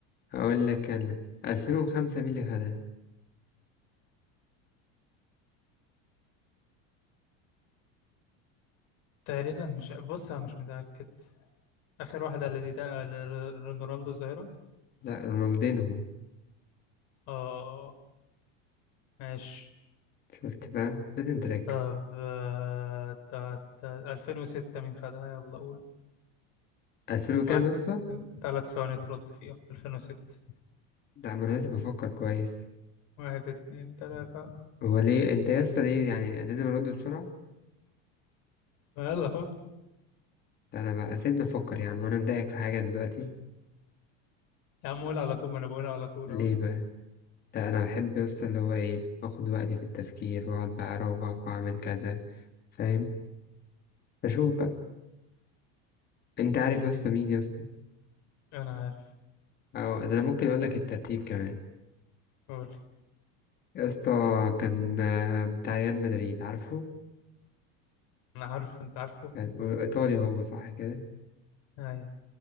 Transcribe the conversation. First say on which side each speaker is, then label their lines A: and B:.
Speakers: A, on the left; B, on the left.
A: هقول لك انا 2005 مين اللي خدها
B: تقريبا مش بص أنا مش متأكد آخر واحدة اللي زيدان آه، اللي رونالدو الظاهرة
A: لا رونالدينهو
B: اه ماشي
A: شفت بقى لازم تركز
B: طب آه، تا- تا- 2006 مين خدها يلا قول
A: 2000 وكام
B: معاك
A: يا اسطى
B: ثلاث ثواني ترد فيها 2006
A: لا ما انا لازم افكر كويس
B: واحد اتنين تلاتة
A: هو ليه انت يا اسطى ليه يعني لازم ارد بسرعة
B: ما يلا اهو
A: لا انا بقى سيبني افكر يا عم وانا مضايقك في حاجة دلوقتي
B: يا عم قول على طول ما انا بقولها على طول
A: ليه
B: اهو
A: بقى؟ لا أنا بحب بس اللي هو إيه أخد وقتي في التفكير وأقعد بقى أروق وأعمل كذا فاهم؟ بشوف بقى أنت عارف يا اسطى مين يا اسطى؟
B: انا عارف
A: أو ده أنا ممكن أقول لك الترتيب كمان
B: قول
A: يا اسطى كان آه، بتاع ريال مدريد عارفه؟
B: انا عارف انت عارفه
A: كان إيطالي هو صح كده؟
B: ايوه